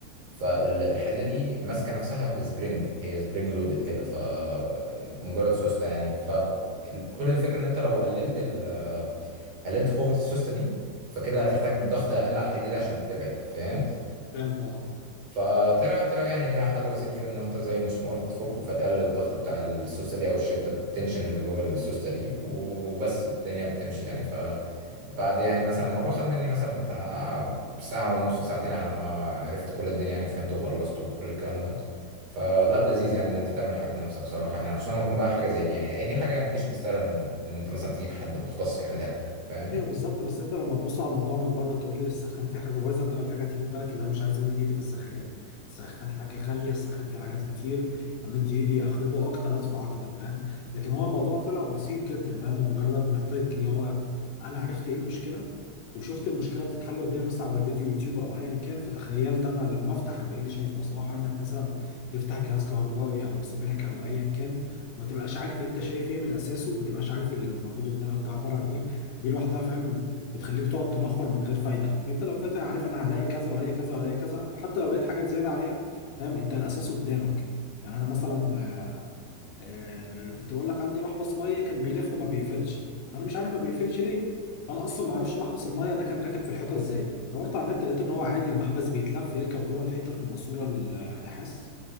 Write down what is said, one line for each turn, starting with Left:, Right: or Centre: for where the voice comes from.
Right: فالحديدة دي ماسكة نفسها بسبرينج هي سبرينج لودد كده فمجرد سوستة يعني فكل الفكرة ان انت لو قللت ال- قللت قوة السوستة دي فكده هتحتاج ضغط اقل على الحديدة دي عشان تبعد فهمت
Left: فهمت اه
Right: فطلع طلع يعني ليها حل بسيط كده ان انت زي مسمار بتفكه فتقلل الضغط بتاع السوسته دي او الشده التنشن اللي جوه السوسته دي وبس الدنيا بتمشي يعني ف بعد يعني مثلا الموضوع خد مني مثلا بتاع ساعة ونص ساعتين على ما عرفت كل الدنيا يعني فهمت وخلصت وكل الكلام ده فلا لذيذ يعني ان انت تعمل حاجة بنفسك صراحة يعني خصوصا لما تكون بقى حاجة زي دي يعني هي دي حاجة مش مستاهلة ان إن انت مثلا تجيب حد مختص يعملها لك فاهم
Left: ايوه بالظبط بس انت لما تبص على الموضوع من بره تقول لي السخان فيه حاجه بايظه انت اول حاجه هتيجي في بالك اللي انا مش عايز امد ايدي في السخان السخان حاجه غاليه السخان فيه حاجات كتير امد ايدي اخربه اكتر ادفع اكتر فاهم لكن هو الموضوع طلع بسيط جدا فاهم هو مجرد محتاج اللي هو انا عرفت ايه المشكله وشفت المشكله بتتحل قدامي مثلا على فيديو يوتيوب او ايا كان فتخيلت انا لما افتح ابقى إيه اللي شايفه سواء انك مثلا تفتح جهاز كهربائي او سباكه او ايا كان وما تبقاش عارف انت شايف ايه من اساسه وما تبقاش عارف اللي موجود قدامك ده عباره عن ايه دي لوحدها فاهم بتخليك تقعد تنخر من غير فايده لكن انت لو فاتح عارف انا هلاقي كذا وهلاقي كذا وهلاقي كذا وحتى لو لقيت حاجات زياده عليها فاهم انت الاساس قدامك يعني انا مثلا آه كنت بقول لك عندي محبس ميه كان بيلف وما بيقفلش انا مش عارف ما بيقفلش ليه فانا اصلا ما اعرفش محبس الميه ده كان راكب في الحيطه ازاي دورت على النت لقيت ان هو عادي المحبس بيتلف يركب جوه الحيطه في الماسوره النحاس